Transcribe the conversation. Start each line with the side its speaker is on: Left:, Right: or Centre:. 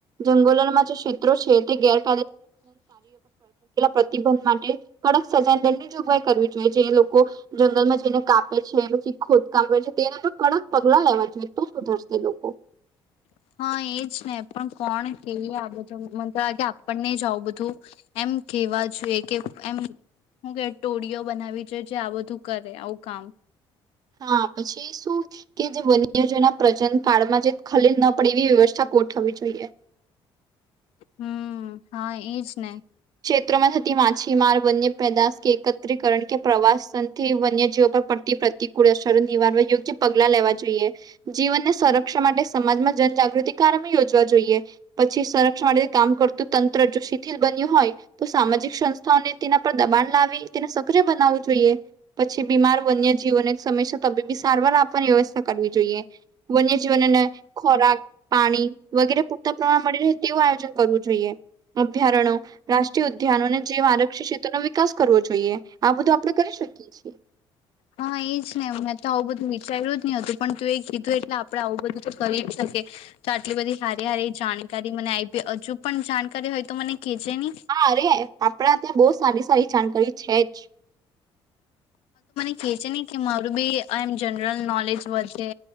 Right: જંગલોમાં <unintelligible> કેટલા પ્રતિબંધ માટે કડક સજા દંની જોગભાઈ કરવી જોઈએ જે લોકો જંગલમાં જઈને કાપે છે પછી ખોદકામ કરે છે તેના તો કડક પગલા લેવા તો સુધરશે લોકો
Left: હા એજ ને પણ કોણ કેએ આ બધું મ આ કેે આપણને જ આવું બધું એમ કેવા જોઈએ કે એમ શું કે ટોળીઓ બનાવી જોઈ જે આ બધું કરે આવું કામ
Right: હા પછી શું કે જે વન્યજના પ્રજન કાળમાં જે ખલેલ ના પડે એવી વ્યવસ્થા ગોઠવી જોઈએ
Left: હમ હા એજ ને
Right: ચમાં થતી માછીમાર વન્ય પેદાશ કે એકત્રીકરણ કે પ્રવાસનથી વન્યજીીવો પર પડતી પ્રતિકૂળ અસરો નિવારવા યોગ્ય પગલા લેવા જોઈએ જીવનને સંરક્ષણ માટે સમાજમાં જનજાગૃતિ કાર્ય યોજવા જોઈએ પછી સંરક્ષણ માટે કામ કરતું તંત્ર જો શિથિલ બન્યું હોય તો સામાજિક સંસ્થાઓને તેના પર દબાણ લાવી તેને સક્રિય બનાવવું જોઈએ પછી બીમાર વન્ય જીવનને સમમેશા તબીબી સારવાર આપવાની વ્યવસ્થા કરવી જોઈએ વન્ય જીવન અને ખોરાક પાણી વગેરે પૂરતા પ્રમાણ મળી રહે તેવું આયોજન કરવું જોઈએ અભ્યારણો રાષ્ટ્રીય ઉદ્યાનો અને જેવ આરક્ષી ક્ષેત્ર નો વિકાસ કરવો જોઈએ આ બધું આપણે કરી શકીએ છીએ
Left: હા એજ ને મેં તો આવું બધું વિચાર્યું જ નહ હતું પણ તું એ કીધું એટલે આપડે આવું બધું તો કરી જ શકી તો આટલી બધી સારી હારી જાણકારી મને આવીી હજુ પણ જાણકારી હોય તો મને કેજે ની
Right: હા અરે આપડા ત્યાં બહુ સાી સ જાણકારી છેઠ
Left: એ છે નહી કે મારું બી એમ જનરલ નોલેજ વધે